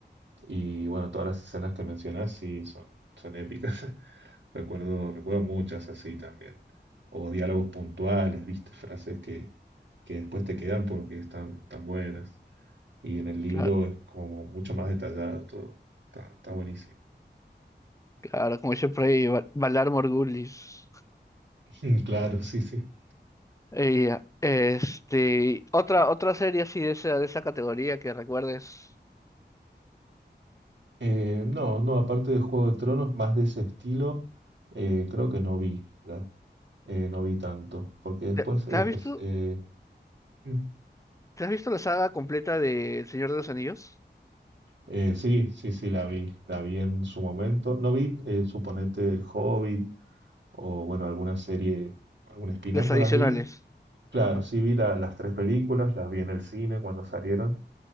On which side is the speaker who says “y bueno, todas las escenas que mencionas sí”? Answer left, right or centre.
Right